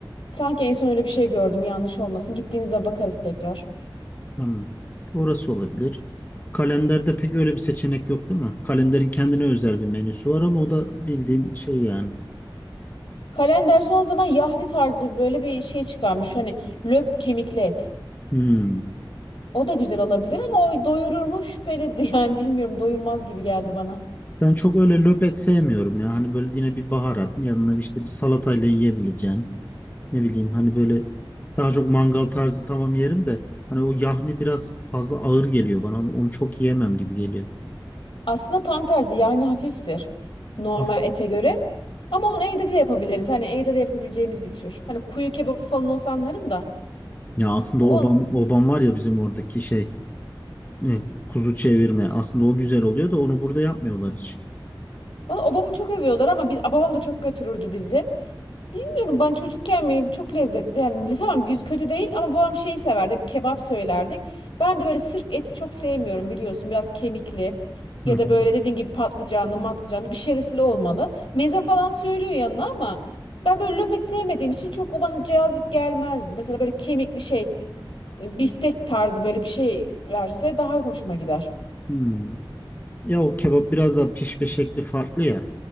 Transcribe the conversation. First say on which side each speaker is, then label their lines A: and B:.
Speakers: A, on the left (about 75°); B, on the left (about 20°).
A: Sanki en son öyle bir şey gördüm yanlış olmasın. Gittiğimizde bakarız tekrar.
B: Tamam. Orası olabilir. Kalenderde pek öyle bir seçenek yok değil mi? Kalenderin kendine özel bir menüsü var ama o da bildiğin şey yani.
A: Kalender son zaman yahni tarzı böyle bir şey çıkarmış. Hani löp kemikli et.
B: Hmm.
A: O da güzel olabilir ama o doyurur mu şüpheli <laughs> yani bilmiyorum doyurmaz gibi geldi bana.
B: Ben çok öyle löpet sevmiyorum ya. Hani böyle yine bir baharat yanına işte bir salatayla yiyebileceğin. Ne bileyim hani böyle daha çok mangal tarzı tamam yerim de hani o yahni biraz fazla ağır geliyor bana. Onu, onu çok yiyemem gibi geliyor.
A: Aslında tam tersi yahni hafiftir normal
B: Af-
A: ete göre. Ama onu evde de yapabiliriz. Hani evde de yapabileceğimiz bir tür. Hani kuyu kebabı falan olsa anlarım da.
B: Ya aslında
A: Onun...
B: obam, obam var ya bizim oradaki şey Evet, kuzu çevirme. Aslında o güzel oluyor da onu burada yapmıyorlar hiç.
A: Valla obamı çok övüyorlar ama biz babam da çok götürürdü bizi. Bilmiyorum ben çocukken mi çok lezzetli yani tamam güz kötü değil ama babam şey severdi hep kebap söylerdik. Ben de böyle sırf eti çok sevmiyorum biliyorsun biraz kemikli ya
B: Hı hı.
A: da böyle dediğin gibi patlıcanlı matlıcanlı bir şeyli olmalı. Meze falan söylüyor yanına ama ben böyle löpet sevmediğim için çok o bana cazip gelmezdi. Mesela böyle kemikli şey e, biftek tarzı böyle bir şey verse daha hoşuma gider.
B: Hmm. Ya o kebap biraz daha pişme şekli farklı ya.